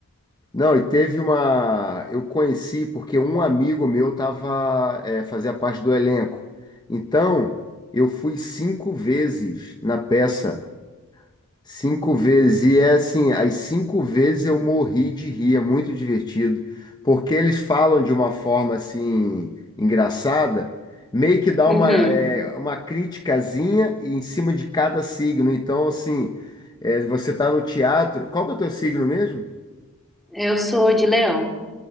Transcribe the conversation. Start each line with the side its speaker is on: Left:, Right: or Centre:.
Left: Não, e teve uma. Eu conheci porque um amigo meu tava, é, fazia parte do elenco. Então, eu fui cinco vezes na peça. Cinco vezes. E é assim, as cinco vezes eu morri de rir, é muito divertido. Porque eles falam de uma forma assim, engraçada, meio que dá
Centre: Uhum.
Left: uma, é, uma criticazinha em cima de cada signo. Então, assim, é, você tá no teatro. Qual que é o teu signo mesmo?
Centre: Eu sou de leão.